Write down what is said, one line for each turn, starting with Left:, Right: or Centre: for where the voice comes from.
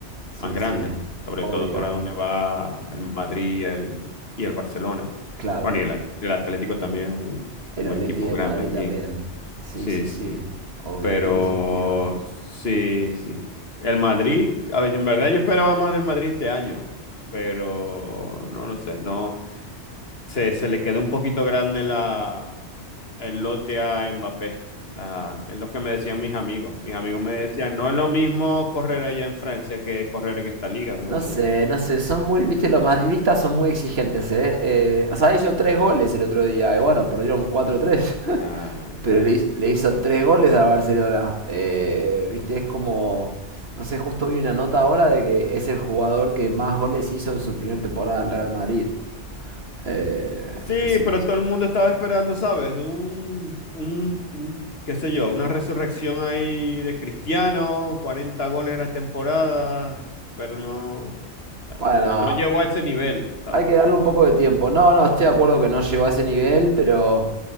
Right: Sí,
Left: más grandes,
Right: sí,
Left: sobre
Right: obvio,
Left: todo para donde va el Madrid y el, y el Barcelona.
Right: claro.
Left: Bueno, y el, el Atlético también es un,
Right: El
Left: un
Right: Atleti
Left: equipo
Right: de
Left: grande
Right: Madrid
Left: aquí
Right: también. Sí,
Left: Sí,
Right: sí,
Left: sí,
Right: sí, obvio,
Left: pero
Right: tiene sentido.
Left: sí, sí. El Madrid, a ver, en verdad yo esperaba más del Madrid este año, pero no lo sé, no, se, se le quedó un poquito grande la, el lote a Mbappé. La- es lo que me decían mis amigos. Mis amigos me decían, no es lo mismo correr allá en Francia que correr en esta liga, me
Right: No
Left: decían.
Right: sé, no sé, son muy, viste, los madridistas son muy exigentes, ¿eh? Eh, o sea, hizo tres goles el otro día, y bueno, perdieron cuatro tres <laughs>
Left: Ya,
Right: pero
Left: ya.
Right: le, hi- le hizo tres goles a Barcelona. Eh, viste, es como, no sé, justo vi una nota ahora de que es el jugador que más goles hizo en su primera temporada en Real Madrid. Eh,
Left: Sí,
Right: entonces,
Left: pero todo el mundo estaba esperando, ¿sabes? Un, un, un, qué sé yo, una resurrección ahí de Cristiano, 40 goles en la temporada, pero no, o sea,
Right: bueno.
Left: no, no llegó a ese nivel, ¿sabes?
Right: Hay que darle un poco de tiempo. No, no, estoy de acuerdo que no llegó a ese nivel, pero,